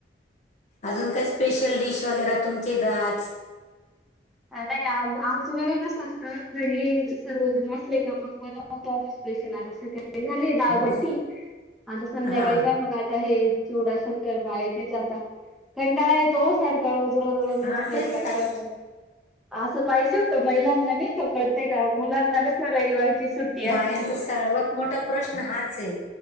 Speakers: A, on the left; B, in the centre.
A: अजून काय स्पेशल डिश वगैरे तुमच्या इथं आज.
B: नाही आज आमच्याकडे कसं असतं घरी सर्वजण असले का मग बन हो तर आम्ही स्पेशल अनु काय काय? ते झाले दाळबट्टी
A: हो का?
B: आता संध्याकाळी
A: हा
B: काय मग आता हे चिवडा शंकरपाळी तेच आता कंटाळा येतो वो सारखाच रोज रोज रोज
A: हा
B: रोज स्वयंपाक,
A: तेच काय
B: स्वयंपाक. आसं पाहिजे होतं महिलांना नाय का प्रत्येका मुलांना कस रविवारची सुट्टी अस
A: ह्यांच सर्वात मोठा प्रश्न हाच आहे